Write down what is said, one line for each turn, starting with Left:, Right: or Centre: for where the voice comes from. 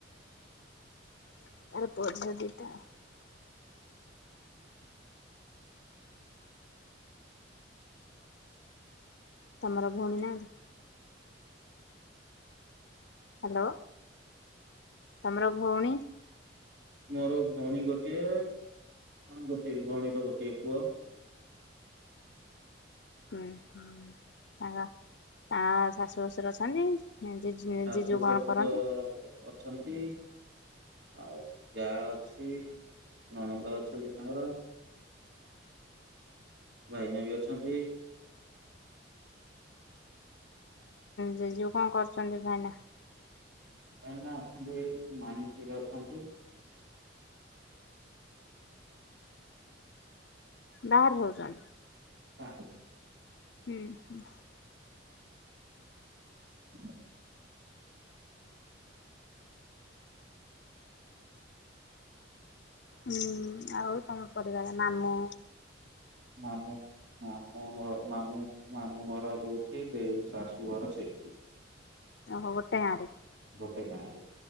Left: <unintelligible> ତମର ଭଉଣୀ ନାହାନ୍ତି? ହ୍ୟାଲୋ ତମର ଭଉଣୀ?
Right: ମୋର ଭଉଣୀ ଗୋଟିଏ, ଗୋଟିଏ ଭଉଣୀର ଗୋଟିଏ ପୁଅ।
Left: ହୁଁ ହୁଁ ତାଙ୍କ ତାଙ୍କ ଶାଶୁ ଶଶୁର ଅଛନ୍ତି। ଜିଜୁ
Right: ଶାଶୁ
Left: ଜିଜୁ
Right: ଶଶୁର
Left: କଣ କରନ୍ତି?
Right: ଅଛନ୍ତି। ଆଉ ଯାହା ଅଛି ନଣନ୍ଦ ଅଛନ୍ତି ତାଙ୍କର ଭାଇନା ବି ଅଛନ୍ତି।
Left: ଜେଜଉ କଣ କରୁଛନ୍ତି ଭାଇନା?
Right: ଭାଇନା ଅଛନ୍ତି ମାଇନସରେ ଅଛନ୍ତି।
Left: ବାହାରେ ରହୁଛନ୍ତି।
Right: ହଁ
Left: ହୁଁ ହୁଁ।
Right: ହ
Left: ହୁଁ ଆଉ ତମ ପରିବାର ନାମ
Right: <unintelligible> ମାମୁଁ ମାମୁଁ ଘର ଯୋଉଠି ଦେଇ ଶାଶୁ ଘର ସେଇଠି।
Left: ଓହୋ ଗଟେ ଗାଁରେ?
Right: ଗୋଟେ ଗାଁ ରେ।